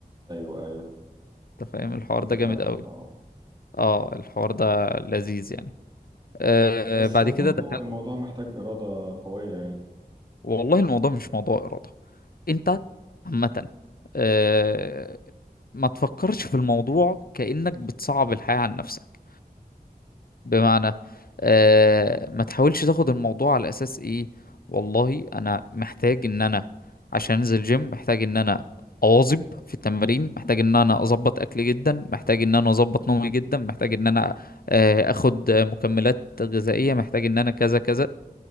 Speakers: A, on the right; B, on the left.
A: أيوه أيوه
B: أنت فاهم الحوار
A: متفهم
B: ده جامد أوي
A: أه
B: اه الحوار ده لذيذ يعني آه
A: بس
B: بعد
A: برضو
B: كده دخلت
A: الموضوع محتاج إرادة قوية يعني
B: والله الموضوع مش موضوع إرادة أنت عامة آه ما تفكرش في الموضوع كأنك بتصعب الحياة عن نفسك بمعنى آه ما تحاولش تاخد الموضوع على اساس ايه والله انا محتاج ان انا عشان انزل جيم محتاج ان انا اواظب في التمارين محتاج ان انا اظبط اكلي جدا محتاج ان انا اظبط نومي جدا محتاج ان انا آه اخد آه، مكملات غذائية محتاج ان انا كذا كذا